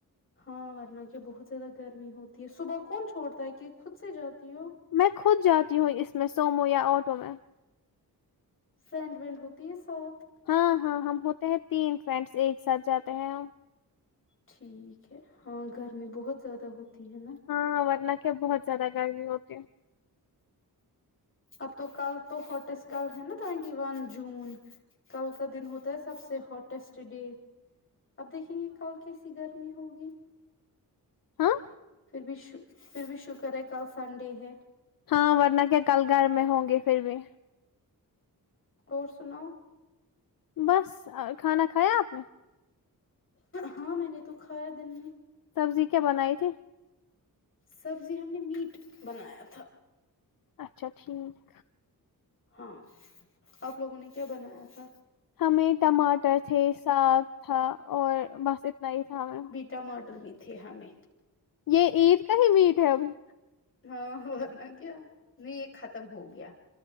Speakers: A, on the left; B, on the left.
A: ہاں ورنہ کیا بہت زیادہ گرمی ہوتی ہے صبح کون چھوڑتا ہے کہ خود سے جاتی ہو
B: میں خود جاتی ہوں اس میں سومویا آٹو میں
A: فرینڈ ورینڈ ہوتی ہے ساتھ
B: ہاں ہاں ہم ہوتے ہیں تین فرینڈس ایک ساتھ جاتے ہیں ہم
A: ٹھیک ہے ہاں گرمی بہت زیادہ ہوتی ہے نا
B: ہاں ورنہ کیا بہت زیادہ گرمی ہوتی ہے
A: اب تو کل تو ہوٹسٹ کل ہے نا ٹوینٹی ون جون کل کا دن ہوتا ہے سب سے ہاٹیسٹ ڈے اب دیکھیں گے کل کیسی گرمی ہوگی
B: ہاں
A: پھر بھی پھر بھی شکر ہے کل سنڈے ہے
B: ہاں ورنہ کیا کل گھر میں ہوں گے پھر بھی
A: اور سناؤ
B: بس کھانا کھایا آپ نے
A: ہاں میں نے تو کھایا دن میں
B: سبزی کیا بنائی تھی
A: سبزی ہم نے میٹ بنایا تھا
B: اچھا ٹھیک
A: ہاں آپ لوگوں نے کیا بنایا تھا آج
B: ہمیں ٹماٹر تھے ساگ تھا اور بس اتنا ہی تھا ہمیں
A: ٹماٹر بھی تھے ہمیں
B: یے عید کا ہی میٹ ہے ابھی
A: ہاں ورنہ کیا نہیں یہ ختم ہو گیا